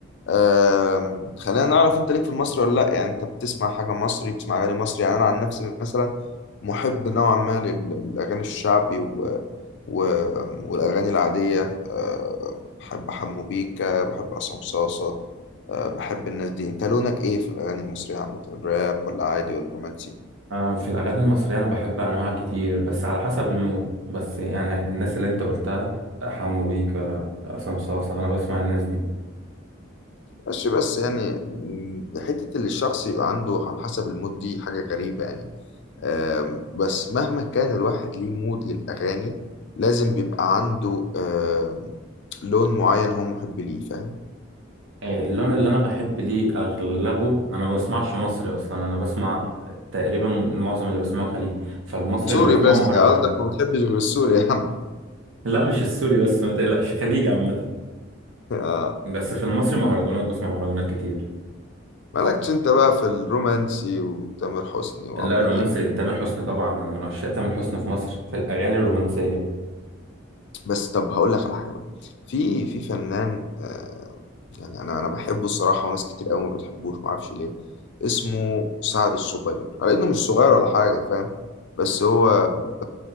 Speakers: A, on the left (about 60°); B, on the right (about 70°).
A: آم، خلينا نعرف انت ليك في المصري ولا لا يعني انت بتسمع حاجة مصري بتسمع اغاني مصري يعني انا عن نفسي مثلا محب نوعا ما لل- للاغاني الشعبي و... و... والاغاني العادية آه، بحب حمو بيكا بحب عصام صاصة آه، بحب الناس دي انت لونك ايه في الاغاني المصرية عامة راب ولا عادي ولا رومانسي
B: آه، في الأغاني المصرية أنا بحب أنواع كتير بس على حسب المود بس يعني الناس اللي أنت قلتها حمو بيكا عصام صاصا أنا بسمع الناس دي
A: ماشي بس يعني م، حتة اللي الشخص يبقى عنده على حسب المود دي حاجة غريبة يعني آم، بس مهما كان الواحد ليه مود للأغاني لازم بيبقى عنده آم، لون معين هو محب ليه فاهم
B: آه، اللون اللي أنا بحب ليه أغلبه أنا ما بسمعش مصري أصلا أنا بسمع تقريبا معظم اللي بسمعه خليجي فالمصري
A: سوري
B: اللي بسمعه
A: بس
B: مهرجانات
A: قصدك ما بتحبش غير السوري يا عم
B: لا مش السوري بس ما تقلقش خليجي عامة
A: <laughs> آه،
B: بس في المصري مهرجانات بسمع مهرجانات كتير
A: مالكش انت بقى في الرومانسي وتامر حسني وعمرو
B: لا رومانسي
A: دياب
B: تامر حسني طبعا انا من عشاق تامر حسني في مصر في الاغاني الرومانسيه
A: بس طب هقول لك على حاجه بقى في في فنان آه يعني انا انا بحبه الصراحه وناس كتير قوي ما بتحبوش ما اعرفش ليه اسمه سعد الصغير على انه مش صغير ولا حاجه فاهم بس هو <laughs>